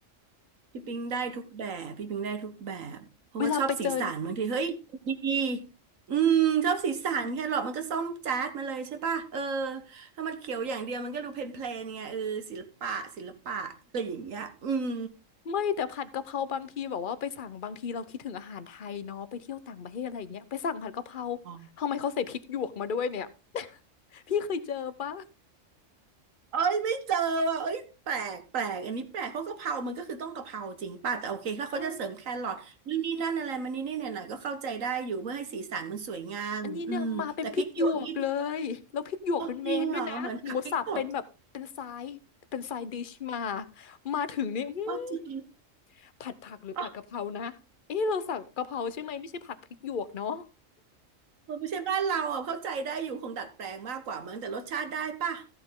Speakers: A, on the right; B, on the left.
A: พี่ปิงได้ทุกแบบพี่ปิงได้ทุกแบบเพราะว่าชอบสีสันบางทีเฮ้ยดี
B: เวลาไปเจอ
A: อืมชอบสีสันแครอทมันก็ส้มจ๊าดมาเลยใช่ป่ะเออถ้ามันเขียวอย่างเดียวมันก็ดูเพลนๆไงเออศิลปะศิลปะอะไรอย่างเงี้ยอืม
B: ไม่แต่ผัดกะเพราบางทีแบบว่าไปสั่งบางทีเราคิดถึงอาหารไทยเนาะไปเที่ยวต่างประเทศอะไรอย่างเงี้ยไปสั่งผัดกะเพรา
A: อ๋อ
B: ทำไมเขาใส่พริกหยวกมาด้วยเนี่ย <laughs> พี่เคยเจอปะ
A: เอ้ยไม่เจอว่ะเอ้ยแปลกแปลกอันนี้แปลกเพราะกะเพรามันก็คือต้องกะเพราจริงป่ะแต่โอเคถ้าเขาจะเสริมแครอทนี่นนี่นั่นอะไรมานนี่นี่หน่อยๆก็เข้าใจได้อยู่เพื่อให้สีสันมันสวยงามอืมแต่พริกหยวกนี่
B: ใช่อันนี้เนี่ยมาเป็นพริกหยวกเลยแล้วพริกหยวกเป็นเมนด้วยนะหมูสับเป็นแบบเป็นไซส์เป็นไซส์ดิชมา
A: โอ้จริงเหรอเหมือนผักพริกสด
B: มาถึงนี่อื้อ
A: อ๋อจริง
B: ผัดผักหรือผัดกะเพรานะเอ๊ะเราสั่งกะเพราใช่ไหมไม่ใช่ผัดพริกหยวกเนาะ
A: อ๋อมันไม่ใช่บ้านเราอ่ะเข้าใจได้อยู่คงดัดแปลงมากกว่ามั้งแต่รสชาติได้ป่ะ